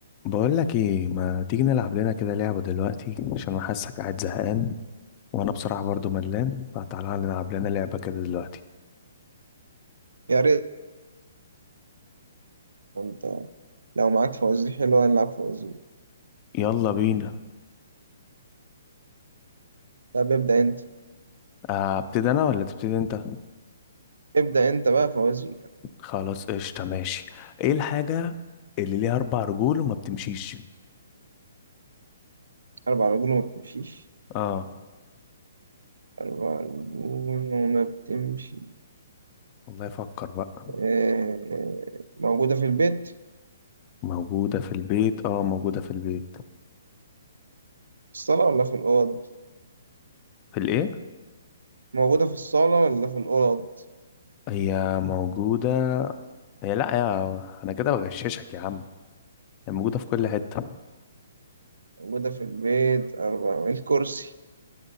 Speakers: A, on the left; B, on the right.
A: بقول لك ايه ما تيجي نلعب لنا كده لعبة دلوقتي عشان انا حاسك قاعد زهقان وانا بصراحة برضو ملان فتعالى نلعب لنا لعبة كده دلوقتي
B: يا ريت انت لو معاك فوازير حلوة نلعب فوازير
A: يلا بينا
B: طب ابدأ انت
A: آه، ابتدي انا ولا تبتدي انت
B: ابدأ انت بقى فوازير
A: خلاص قشطة ماشي ايه الحاجة اللي ليها اربع رجول وما بتمشيش
B: أربع رجول وما بتمشيش
A: اه
B: أربع رجول وما بتمشي
A: والله فكر بقى
B: آه، موجودة في البيت في
A: موجودة في البيت اه موجودة في البيت
B: الصالة ولا في الأوض
A: في الايه
B: موجودة في الصالة ولا في الأوض
A: هي موجودة هي لا يا انا كده بغششك يا عم هي موجودة في كل حتة
B: موجودة في البيت أربع الكرسي